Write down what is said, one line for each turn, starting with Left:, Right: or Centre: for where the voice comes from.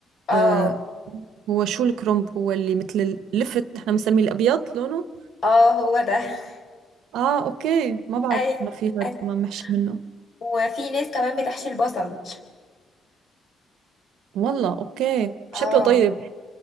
Left: اه
Right: آه هو شو الكرومب هو اللي مثل اللفت نحن بنسميه الابيض لونه
Left: اه هو ده <laughs>
Right: اه اوكي ما بعرف
Left: ايوه
Right: انه في هذا
Left: أيوة.
Right: ما محشي منه
Left: وفي ناس كمان بتحشي البصل
Right: والله اوكي شكله
Left: اه
Right: طيب